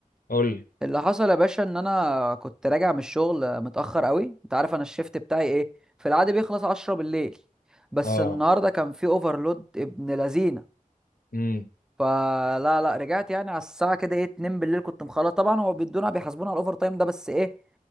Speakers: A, on the left; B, in the centre.
A: قول لي
B: اللي حصل يا باشا ان انا كنت راجع من الشغل آه، متاخر قوي انت عارف انا الشيفت بتاعي ايه في العاده بيخلص 10 بالليل بس
A: اه
B: النهارده كان في اوفرلود ابن لذينه
A: امم
B: فلا لا رجعت يعني على الساعه كده ايه 2 بالليل كنت مخلص طبعا هو بيدونا بيحاسبونا على الاوفر تايم ده بس ايه